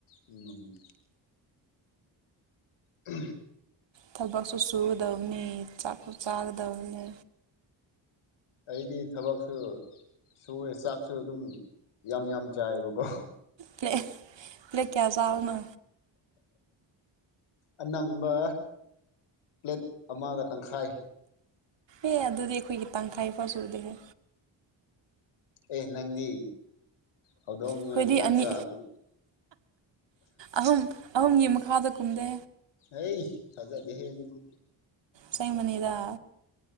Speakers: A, on the left; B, on the right.
A: ꯎꯝ ꯎ
B: ꯊꯕꯛꯁꯨ ꯁꯨꯒꯗꯧꯅꯤ ꯆꯥꯛꯁꯨ ꯆꯥꯒꯗꯧꯕꯅꯤ
A: ꯑꯩꯗꯤ ꯊꯕꯛꯁꯨ ꯁꯨꯑꯦ ꯆꯥꯛꯁꯨ ꯑꯗꯨꯝ ꯌꯥꯝ ꯌꯥꯝ ꯆꯥꯏꯌꯦꯕꯀꯣ
B: ꯄ꯭ꯂ ꯄ꯭ꯂꯦ ꯀꯌꯥꯖꯤꯥꯎꯅ
A: ꯑꯅꯝꯕ ꯄ꯭ꯂꯦꯠ ꯑꯃꯒ ꯇꯪꯈꯥꯏ
B: ꯑꯦ ꯑꯗꯨꯗꯤ ꯑꯩꯈꯣꯏꯒꯤ ꯇꯪꯈꯥꯏꯐꯥꯎ ꯁ ꯎꯗꯦꯍꯦ
A: ꯑꯦ ꯅꯪꯗꯤ ꯍꯧꯗꯣꯡꯅ
B: ꯑꯩꯈꯣꯏꯗꯤ
A: ꯆꯥꯛ
B: ꯑꯅꯤ
A: ꯆꯥꯕꯨ
B: ꯑꯍꯨꯝ ꯑꯍꯨꯝꯒꯤ ꯃꯈꯥꯗ ꯀꯨꯝꯗꯦ
A: ꯑꯩ ꯊꯖꯗꯦ ꯍꯦ ꯑꯗꯨꯗꯤ
B: ꯆ ꯃꯅꯗ